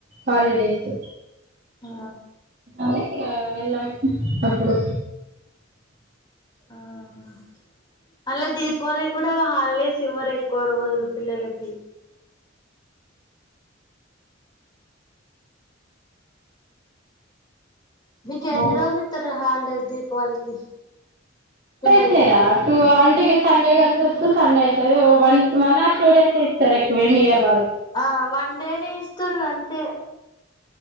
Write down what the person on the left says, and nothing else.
ఆ
ఆహ మళ్ళీ దీపావళి కూడా హాలడేస్ ఇవరు ఎక్కువ రోజులు పిల్లలకి మీకు ఎన్ని
రోజులు ఇస్తారు హల్డేస్ దీపావళికి పిల్లలకి
ఆ వన్ డేనే ఇస్తారు అంతే